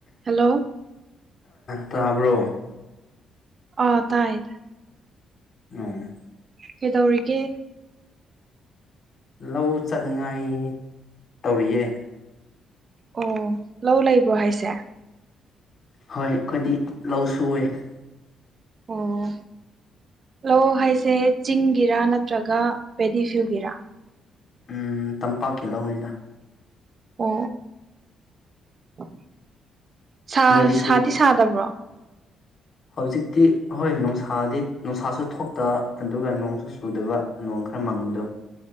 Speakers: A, on the right; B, on the left.
A: hello
B: ꯇꯕ꯭ꯔꯣ
A: ꯑ ꯇꯥꯏ ꯇꯥꯏꯌꯦ
B: ꯎꯝ
A: ꯀꯩꯗꯧꯔꯤꯒꯦ
B: ꯂꯧ ꯆꯠꯅꯤꯡꯉꯥꯏ ꯇꯧꯔꯤꯌꯦ
A: ꯑꯣ ꯂꯧ ꯂꯩꯕ꯭ꯔꯣ ꯍꯥꯏꯁꯦ
B: ꯍꯣꯏ ꯑꯩꯈꯣꯏꯗꯤ ꯂꯧ ꯁꯨꯏꯌꯦ
A: ꯑꯣ ꯂꯧ ꯍꯥꯏꯁꯦ ꯆꯤꯡꯒꯤꯔꯥ ꯅꯠ__ ꯇ꯭ꯔꯒ ꯄꯦꯗꯤ ꯐꯤꯜꯒꯤꯔꯥ
B: ꯎꯝ ꯇꯝꯄꯥꯛꯀꯤ ꯂꯧꯅꯤꯗ
A: ꯑꯣ ꯑꯣ ꯁꯥ
B: ꯅꯣꯏꯗꯤꯁꯨ
A: ꯁꯥꯗꯤ ꯁꯥꯗꯕ꯭ꯔꯣ
B: ꯍꯧꯖꯤꯛꯇꯤ ꯍꯣꯏ ꯅꯨꯡꯁꯥꯗꯤ ꯅꯨꯡꯁꯥꯁꯨ ꯊꯣꯛꯇꯕ ꯑꯗꯨꯒ ꯅꯣꯡꯁꯨ ꯆꯨꯗꯕ ꯅꯣꯡ ꯈꯔ ꯃꯥꯡꯕꯗꯣ